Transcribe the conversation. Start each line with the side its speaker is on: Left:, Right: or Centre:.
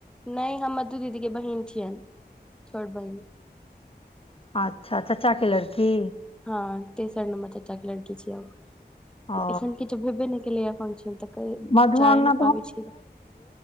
Centre: नै हम मधु दीदी केर बहिन छियैन छोट बहिन।
Left: अच्छा चाचा के लड़की।
Centre: हँ तेसर नम्बर चचा के लड़की छीयै हम।
Left: ओ
Centre: एखन किछो भेबे नै केलै या अपन हम तऽ कहिं
Left: मधु
Centre: जाय
Left: अंगना
Centre: नै पाबै छी।